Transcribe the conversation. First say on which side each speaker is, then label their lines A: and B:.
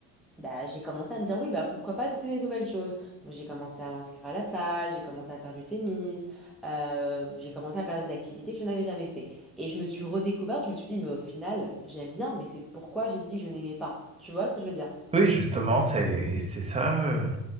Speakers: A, in the centre; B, on the right.
A: bah, j'ai commencé à me dire, oui, bah, pourquoi pas tester des nouvelles choses. Donc, j'ai commencé à m'inscrire à la salle, j'ai commencé à faire du tennis, euh, j'ai commencé à faire des activités que je n'avais jamais fait. Et je me suis redécouverte, je me suis dit, mais au final, j'aime bien, mais c'est pourquoi j'ai dit que je n'aimais pas. Tu vois ce que je veux dire?
B: Oui, justement, c'est c'est ça, heu